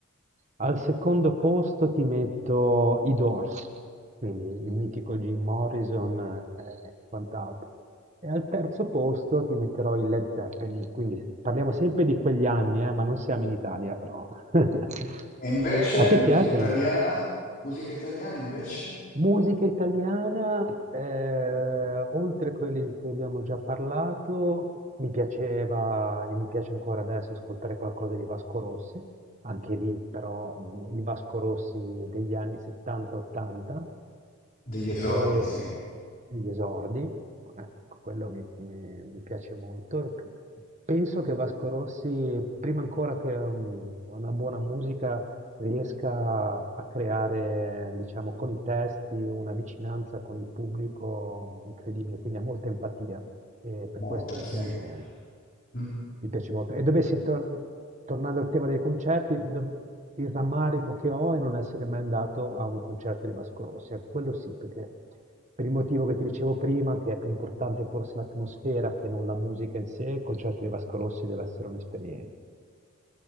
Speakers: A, on the right; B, on the left.
A: al secondo posto ti metto i Doors, quindi il mitico Jim Morrison eh, e quant'altro. E al terzo posto ti metterò i Led Zeppelin, quindi parliamo sempre di quegli anni, eh, ma non siamo in Italia però. <laughs>
B: E invece
A: A te
B: musica
A: piacciono?
B: italiana? Musica italiana invece?
A: Musica italiana, eh, oltre a quelle di cui abbiamo già parlato, mi piaceva e mi piace ancora adesso ascoltare qualcosa di Vasco Rossi, anche lì però mm, il Vasco Rossi degli anni 70-80
B: Degli esordi,
A: e
B: sì,
A: degli esordi, ecco, quello mi, mi- mi piace molto. Penso che Vasco Rossi, prima ancora che mm, una buona musica, riesca a creare, diciamo, con i testi una vicinanza con il pubblico incredibile, quindi ha molta empatia e per
B: molta,
A: questo mi
B: sì.
A: piace,
B: Mm.
A: mi piace molto. E dovessi, tor- tornando al tema dei concerti, dov- il rammarico che ho è non essere mai andato a un concerto di Vasco Rossi, ecco, quello sì, perché per il motivo che ti dicevo prima, che è più importante forse l'atmosfera che non la musica in sé, il concerto di Vasco Rossi deve essere un'esperienza.